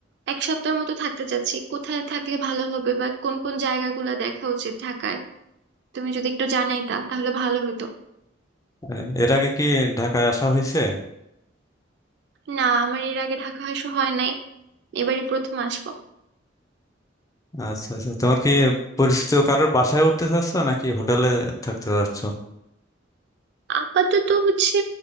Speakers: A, on the right; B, on the left.
A: এক সপ্তাহের মতো থাকতে চাচ্ছি কোথায় থাকলে ভালো হবে বা কোন কোন জায়গাগুলো দেখা উচিত ঢাকায় তুমি যদি একটু জানাইতা তাহলে ভালো হতো
B: আহ, এর আগে কি ঢাকায় আসা হয়েছে
A: না আমার এর আগে ঢাকা আসা হয় নাই এবারই প্রথম আসবো
B: আচ্ছা আচ্ছা তোমার কি পরিচিত কারোর বাসায় উঠতে চাচ্ছ নাকি হোটেলে থাকতে চাচ্ছ
A: আপাতত হচ্ছে